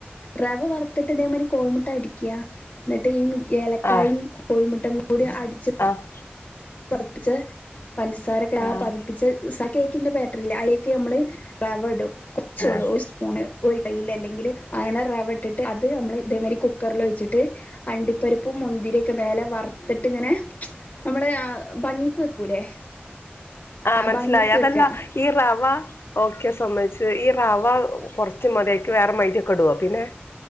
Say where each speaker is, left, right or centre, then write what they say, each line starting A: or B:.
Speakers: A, on the left; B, on the left.
A: റവ വറുത്തിട്ട് ഇതേമാരി കോഴിമുട്ട അടിക്യാ. എന്നിട്ട് ഈ ഏലക്കായും
B: ആഹ്
A: കോഴിമുട്ടയും കൂടി അടിച്ച്
B: ആഹ്
A: പതപ്പിച്ച് പഞ്ചസാരക്കെ ആ
B: ആഹ്
A: പതിപ് പ്പിച്ച് ആ കേക്കിന്റെ ബാറ്ററില്ല ആയിക്ക് ഞമ്മള് റവടും കൊറച്ചോടും
B: ആഹ്
A: ഒരു സ് സ്പൂണ് ഒരു കൈയിൽ അല്ലെങ്കിൽ അങ്ങനെ റവട്ടിട്ട് അത് നമ്മള് ഇതേമാതിരി കുക്കറിൽ വെച്ചിട്ട് ഇത് അണ്ടിപ്പരിപ്പും മുന്തിരിയൊക്കെ മേലെ വറ്ത്തിട്ട് ഇങ്ങനെ നമ്മള് ആ- നീക്ക് വെക്കൂലേ
B: ആഹ്
A: ആ
B: മനസ്സിലായി
A: ഭംഗിക്ക്
B: അതല്ല
A: വെക്ക
B: ഈ റവാ ഓക്കെ സമ്മയിച്ചു ഈ റവ കൊറച്ച് മതിയാക്ക് വേറെ മൈദക്കെ ഇടുവാ പിന്നെ